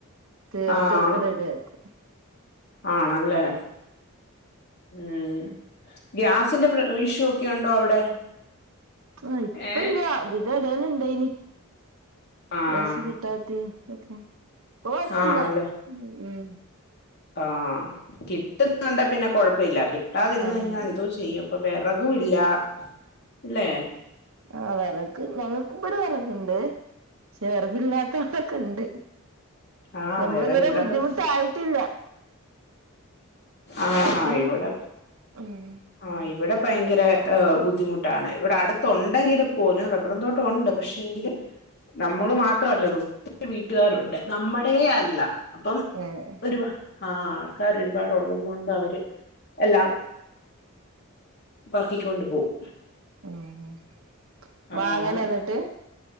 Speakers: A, on the right; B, on the left.
A: തീർത്തൊക്കെ
B: ആഹ്
A: റെഡി ആക്കും.
B: ആണല്ലേ. ഉം. ഗ്യാസിന്റെ പ്ര ഇഷ്യൂ ഒക്കെ ഉണ്ടോ അവിടെ?
A: ആഹ് ഇപ്പ
B: ഏഹ്
A: ഇല്ലാ ഇതിനെടേല് ഇണ്ടേയിനി
B: ആഹ്
A: ഗ്യാസ് കിട്ടാത്തെയും ഒക്കെ- ഓഹ് ഇപ്പോ
B: ആണല്ലേ
A: ഇല്ല ഉം
B: ആഹ് കിട്ടുന്നുണ്ടേ പിന്നെ കൊഴപ്പില്ല കി ആ കിട്ടാതിരുന്നു
A: ആഹ്
B: കഴിഞ്ഞാൽ എന്തോ ചെയ്യും ഇപ്പൊ വെറകുംയില്ലയില്ലേ
A: ആ വെറക്ക് ഞങ്ങൾക്ക് ഇവിടെ വെറക് ഇണ്ട് ഇച്ചിരി വെറക് ഇല്ലാത്ത ആള് ഒക്കെയിണ്ട്
B: ആഹ്
A: നമ്മള്
B: വിറക്
A: ഇതുവരേം
B: ഇവിടൊക്കെ
A: ബുദ്ധിമുട്ടായിട്ടില്ല
B: ആഹ്
A: ഗ്യാസിന്
B: ഇവിടെ
A: ഉം
B: ആഹ് ഇവിടെ ഭയങ്കര ബുദ്ധിമുട്ടാണ് ഇവിടെ അടുത്തുണ്ടെങ്കിലും- പോലും റബ്ബറ് തോട്ടം ഒണ്ട് പക്ഷേയെങ്കിലും- നമ്മള് മാത്രമല്ല അത് ഒത്തിരി വീട്ടുകാരുണ്ട് നമ്മടേയല്ല അപ്പം
A: ഏഹ്
B: ഒരുവ ആർക്കറിയും ഒരുപാടുള്ളത് കൊണ്ട് അവര് എല്ലാം പർക്കികോണ്ട് പോവും
A: ഉം ഉം ഉം
B: ആഹ്
A: വാങ്ങാല എന്നിട്ട്